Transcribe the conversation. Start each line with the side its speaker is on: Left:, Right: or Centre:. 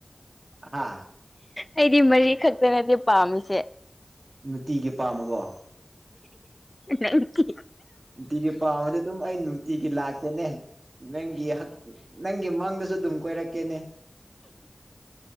Right: ꯍꯥ
Left: ꯑꯩꯗꯤ ꯃꯔꯤ ꯈꯛꯇ ꯅꯠꯇꯦ ꯄꯥꯝꯃꯤꯁꯦ
Right: ꯅꯨꯡꯇꯤꯒꯤ ꯄꯥꯝꯃꯕꯣ
Left: ꯈꯪꯇ‌ꯦ
Right: ꯅꯨꯡꯇꯤꯒꯤ ꯄꯥꯝꯃꯗꯤ ꯑꯗꯨꯝ ꯑꯩ ꯅꯨꯡꯇꯤꯒꯤ ꯂꯥꯛꯀꯦꯅꯦ ꯅꯪꯒꯤ ꯍꯛ ꯅꯪꯒꯤ ꯃꯪꯗꯁꯨ ꯑꯗꯨꯝ ꯀꯣꯏꯔꯛꯀꯦꯅꯦ